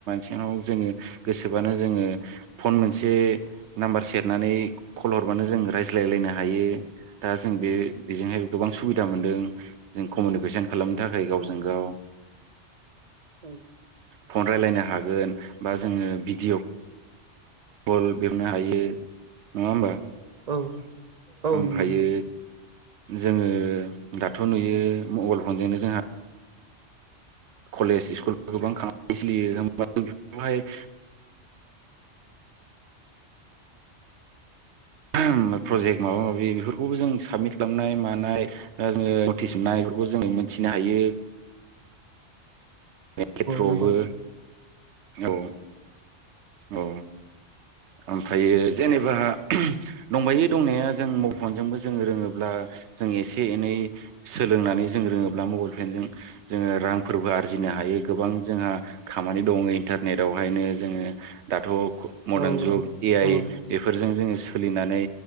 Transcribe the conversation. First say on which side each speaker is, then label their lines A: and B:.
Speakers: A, on the right (about 70°); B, on the right (about 40°).
A: सिङाव जोङो गोसोबानो जोङो फन मोनसे नाम्बार सेरनानै कल हर ब्लानो जों राय्लायायनो हायो दा जों बे बेजोंहाय गोबां सुबिदा मोनदों जों कमिउनिकेसन खालामनो थाखाय गावजों गाव
B: औ
A: फन रायलायनो हागोन बा जोङो भिडिय' कल बेवनो हायो नङा होमबा
B: औ औ
A: ओमफ्रायो
B: नंगौ नंगौ
A: जोङो दाथ' नुयो मबाइल फनजोंनो जोंहा कलेज स्कुल गोबां खामानि सोलियो हमबाथ बेफोरावहाय <inaudible> <unintelligible> <inaudible> प्रजेक्ट माबा माबि बेफोरखौबो जों साबमिट खालामनाय मानाय दा जोङो नटिस मोननाय बेफोरखौ जोङो मोनथिनो हायो खेथ्र'आवबो
B: नंगौ
A: औ औ ओमफ्रायो जेनेबा दंबायो दंनाया जों <inaudible> <inaudible> जोङ रोङोब्ला जों एसे एनै सोलोंनानै जों रोङोब्ला मबाइल फेनजों जोङो रांफोरबो आरजिनो हायो गोबां जोंहा खामानि दङ इन्टारनेटवहायनो जोङो दाथ' मरदान
B: औ नंगौ औ
A: जुग ए
B: नंगौ
A: आइ बेफोरजों जोङो सोलिनानै